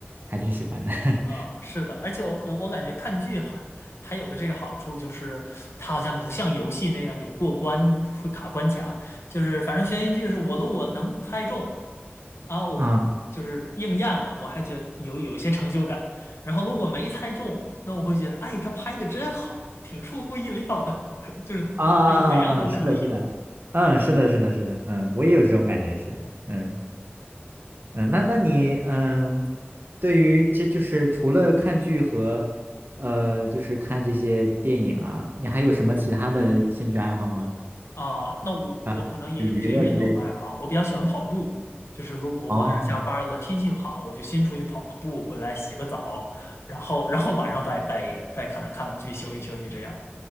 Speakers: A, on the right; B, on the left.
A: 还挺喜欢的。<laughs>
B: 嗯，是的，而且我我感觉看剧还还有个这个好处，就是它好像不像游戏那样有过关会卡关卡，就是反正悬疑剧是我如果能猜中啊，我会就是应验了，
A: 啊
B: 我还觉得有有一些成就感。然后如果没猜中，那我会觉得，哎，他拍的真好，挺出乎意料的，<laughs> 就是就是怎样都可以。
A: 啊啊啊啊！是的，是的，嗯，是的，是的，是的，嗯，我也有这种感觉，是的，嗯嗯，那那你嗯，对于这就是除了看剧和呃，就是看这些电影啊，你还有什么其他的兴趣爱好吗？
B: 啊，那我我可能也有一些运动的爱好，
A: 啊，就娱乐之类的。
B: 我比较喜欢跑步。就是如果我晚上下班了，
A: 哦
B: 天气好，我就先出去跑个步，回来洗个澡，然后然后晚上再再再可能看个剧，休息休息这样。